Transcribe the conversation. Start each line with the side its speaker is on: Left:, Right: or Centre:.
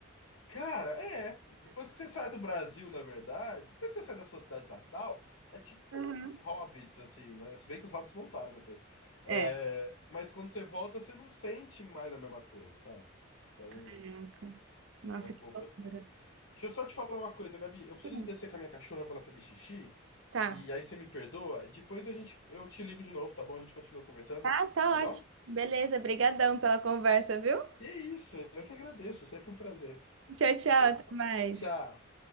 Left: Cara, é. Depois que você sai do Brasil, na verdade, depois que você sai da sua cidade natal, é tipo
Right: Uhum.
Left: os hobbits, assim, né? Se bem que os hobbits voltaram depois. É,
Right: É.
Left: mas quando você volta, você não sente mais a mesma coisa, sabe? Então,
Right: Caraca. Nossa,
Left: é um
Right: que
Left: pouco
Right: loucura.
Left: assim. Deixa eu só te falar uma coisa, Gabi. Eu preciso
Right: Hum,
Left: descer com a minha cachorra pra ela fazer xixi.
Right: Tá.
Left: E aí você me perdoa. e Depois a gente, eu te ligo de novo, tá bom? A gente continua conversando,
Right: Tá, tá
Left: tá bom?
Right: ótimo. Beleza, brigadão pela conversa, viu?
Left: E é isso. Eu que agradeço. É Sempre um prazer.
Right: Tchau, tchau,
Left: Então,
Right: até
Left: t-
Right: mais.
Left: tchau.